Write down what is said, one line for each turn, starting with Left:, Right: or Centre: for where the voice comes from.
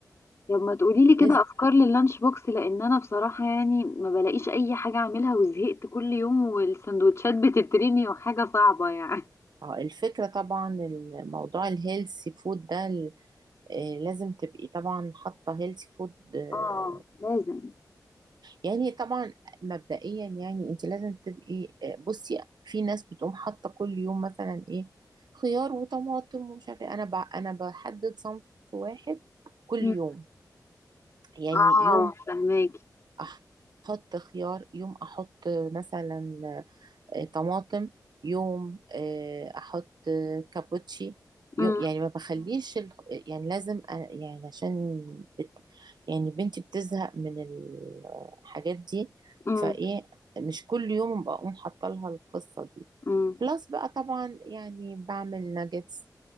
Left: طب ما تقوليلي كده
Right: لسه
Left: افكار لللانش بوكس لان انا بصراحه يعني ما بلاقيش اي حاجه اعملها وزهقت كل يوم والسندوتشات بتترمي وحاجه صعبه يعني
Right: اه الفكرة طبعا الموضوع الهيلثي فود ده ال- آه، لازم تبقي طبعا حاطة هيلثي فود آه،
Left: اه لازم
Right: يعني طبعا مبدئيا يعني انت لازم تبقي آه، بصي في ناس بتقوم حاطة كل يوم مثلا ايه خيار وطماطم ومش عارفة ايه. انا ب... انا بحدد صنف واحد كل
Left: مم.
Right: يوم يعني
Left: اه
Right: يوم
Left: فهماكي
Right: احط خيار يوم احط مثلا آه، آه، طماطم يوم آه، احط آه، كابوتشي
Left: مم،
Right: يو- يعني ما بخليش ال... يعني لازم أ- يعني عشان بت... يعني بنتي بتزهق من الحاجات دي
Left: مم،
Right: فايه مش كل يوم بقوم حاطه لها القصه دي
Left: مم،
Right: بلس بقى طبعا يعني بعمل ناجتس